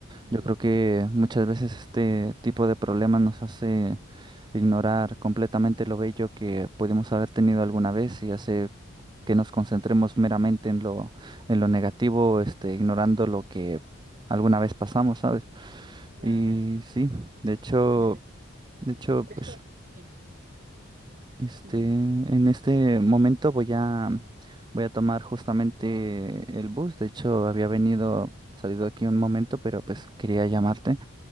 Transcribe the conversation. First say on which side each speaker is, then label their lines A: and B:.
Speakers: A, on the right (about 40°); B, on the right (about 20°).
A: Ujú,
B: yo creo que muchas veces este tipo de problemas nos hace ignorar completamente lo bello que pudimos haber tenido alguna vez y hace que nos concentremos meramente en lo, en lo negativo, este, ignorando lo que alguna vez pasamos, ¿sabes?
A: Claro,
B: Y sí, de hecho,
A: totalmente.
B: de hecho,
A: Por
B: pues,
A: eso, sí.
B: este,
A: ujú,
B: en este momento voy a, voy a tomar justamente el bus. De hecho, había venido, salido aquí un momento, pero pues quería llamarte.